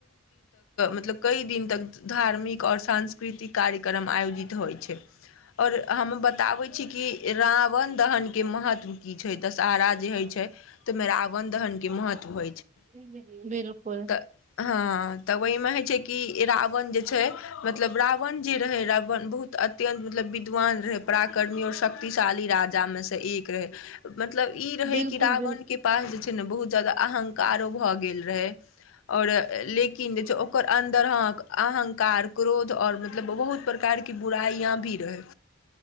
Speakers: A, on the left (about 85°); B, on the right (about 40°).
A: मतलब कई दिन तक धार्मिक आओर सांस्कृतिक कार्यक्रम आयोजित होइत छै और हम बताबै छी कि राम रावण दहनकेँ महत्व की छैक दशहरा जे होइ छैक तऽ ओहिमे रावण दहनकेँ महत्व होइत छैक
B: बिलकुल
A: तऽ हँ तऽ ओहिमे होइत छै कि रावण जे छै मतलब रावण जी रहय रावण बहुत अत्यन्त मतलब विद्वान रहय पराक्रमी और शक्ति शक्तिशाली राजा मे से एक रहय मतलब ई रहै
B: बिलकुल
A: कि रावण
B: बिल
A: केँ पास जे छै ने बहुत जदा अहंकारो भए गेल रहय आओर लेकिन जे छै ओकर अन्दर अहंकार क्रोध आओर मतलब बहुत प्रकारक बुराइ भी रहय